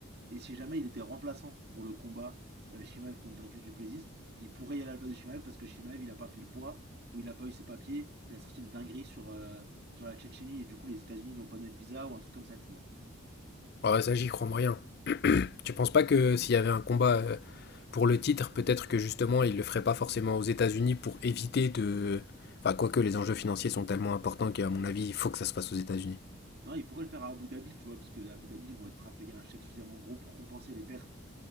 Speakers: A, on the right (about 50°); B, on the left (about 50°).
A: Et si jamais il était remplaçant pour le combat euh, Shimaev contre Dracus du Plessis, il pourrait y aller à la place de Shimaev parce que Shimaev il a pas fait le poids ou il a pas eu ses papiers, il a sorti une dinguerie sur, euh, sur la Tchétchénie et du coup les États-Unis ils ont pas donné de visa ou un truc comme ça, tu vois.
B: ouais, ouais, ça, j'y crois moyen. Tu penses pas que s'il y avait un combat euh, pour le titre, peut-être que justement, il le ferait pas forcément aux États-Unis pour éviter de... Enfin, quoique les enjeux financiers sont tellement importants qu'à mon avis, il faut que ça se fasse aux États-Unis.
A: Non, il pourrait le faire à Abu Dhabi, tu vois, parce que à Abu Dhabi ils vont être prêts à payer un chèque suffisamment gros pour compenser les pertes,